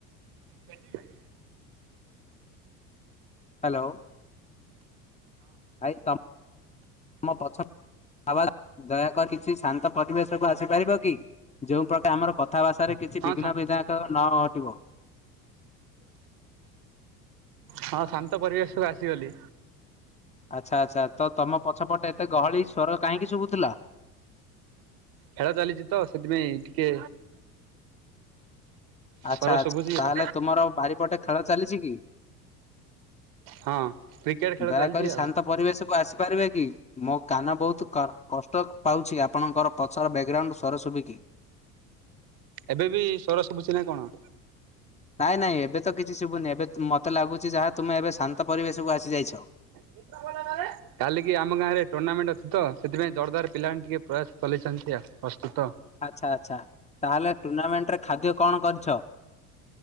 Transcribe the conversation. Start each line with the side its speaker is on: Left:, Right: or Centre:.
Right: <unintelligible>
Left: ହ୍ୟାଲୋ। ଭାଇ ତମ <unintelligible> ପଛ ବା ଦୟାକରି କିଛି ଶାନ୍ତ ପରିବେଶକୁୁ ଆସି ପାରିବ କି ଯୋଉ ପ୍ରକା ଆମର କଥା ଭାଷାରେ କିଛି ବିଘ୍ନ
Right: ସା
Left: ବିଧାୟକ ନ ଘଟିବ।
Right: ହଁ ଶାନ୍ତ ପରିବେଶ କୁ ଆସିଗଲି।
Left: ଆଚ୍ଛା ଆଚ୍ଛା ତ ତମ ପଛପଟେ ଏତେ ଗହଳି ସ୍ୱର କାହିଁକି ଶୁଭୁଥିଲା?
Right: ଖେଳ ଚାଲିଚି ତ ସେଥିପାଇଁ ଟିକେ
Left: ଆଚ୍ଛା
Right: ସ୍ୱର
Left: ଆଚ୍ଛା
Right: ଶୁଭୁଛି
Left: ତାହେଲେ
Right: ଆଉ।
Left: ତୁମର ବାରିପଟେ ଖେଳ ଚାଲିଛି କି?
Right: ହଁ। କ୍ରିକେଟ ଖେଳ
Left: ଦୟାକରି
Right: ଚାଲିଛି
Left: ଶାନ୍ତ
Right: ଆଉ
Left: ପରିବେଶକୁ ଆସ ପାରିବେ କି ମୋ କାନ ବହୁତ କର କଷ୍ଟ ପାଉଛି ଆପଣଙ୍କର ପଛର ବ୍ୟାଗ୍ରାଉଣ୍ଡ ସ୍ୱର ସୁୁବିକି।
Right: ଏବେ ବି ସ୍ୱର ଶୁଭୁଛି ନା କଣ?
Left: ନାଇଁ ନାଇଁ ଏବେ ତ କିଛି ଶୁଭୁନି ଏବେ ତ ମୋତେ ଲାଗୁଛି ଯାହା ତୁମେ ଏବେ ଶାନ୍ତ ପରିବେଶକୁ ଆସି ଯାଇଛ।
Right: କେତେଟା ବଲ୍ ହେଲାରେ? କାଲିିକି ଆମ ଗାଁରେ ଟୁର୍ଣ୍ଣାମେଣ୍ଟ ଅଛି ତ ସେଥିପାଇଁ ଜୋରଦଵାର ପିଲାମାନେ ଟିକେ ପ୍ରୟାସ ଚଲେଇଛନ୍ତି ଆଉ ପ୍ରସ୍ତୁତ।
Left: ଆଚ୍ଛା ଆଚ୍ଛା ତାହେଲେ ଟୁର୍ଣ୍ଣାମେଣ୍ଟରେ ଖାଦ୍ୟ କଣ କରିଛ?